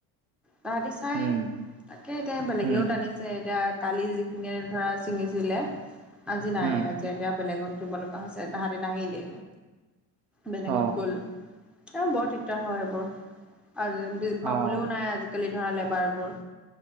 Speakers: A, in the centre; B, on the right.
A: তাহাঁতি চাই
B: উম
A: তাকে এতিয়া বেলেগেও
B: উম
A: টানিছে এতিয়া কালি যিখিনিয়ে ধৰা ছিঙিছিলে আজি নাই
B: উম।
A: যেতিয়া এতিয়া বেলেগত দিব লগা হৈছে তাহাঁতি নাহিলে বেলেগত
B: অ
A: গ'ল অ বৰ দিগদাৰ হয় এইবোৰ আজ
B: অ।
A: পাবলৈও নাই আজিকালি ধৰা লেবাৰবোৰ